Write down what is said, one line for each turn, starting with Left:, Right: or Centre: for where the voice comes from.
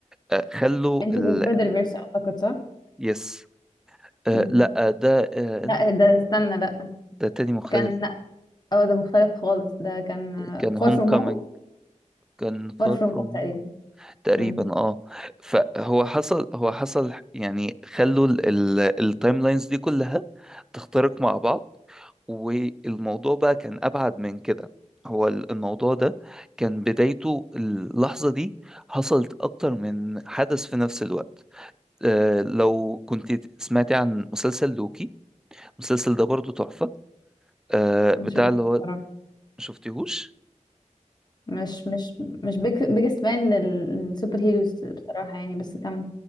Centre: آه، خلوا
Left: انت
Centre: ال...
Left: ذا سبايدر فيرس اعتقد صح
Centre: يس آه،
Left: مم.
Centre: لا آه، ده آه،
Left: لا ده استنى لا
Centre: ده تاني مختلف
Left: كان لا اه ده مختلف خالص ده كان
Centre: كان
Left: فار
Centre: هوم
Left: فروم
Centre: كومينج
Left: هوم
Centre: كان فار
Left: فار فروم
Centre: فروم
Left: هوم تقريبا
Centre: تقريبا
Left: امم
Centre: اه فهو حصل هو حصل يعني خلوا التايم لاينز دي كلها تخترق مع بعض والموضوع بقى كان ابعد من كده هو ال- الموضوع ده كان بدايته اللحظة دي حصلت اكتر من حدث في نفس الوقت آه لو كنت سمعتي عن مسلسل لوكي المسلسل ده برضو تحفة آه بتاع
Left: ما شفتش
Centre: اللي
Left: بصراحه
Centre: هو شفتيهوش
Left: مش مش مش بيج بيجست فان للسوبر هيروز بصراحه يعني بس كمل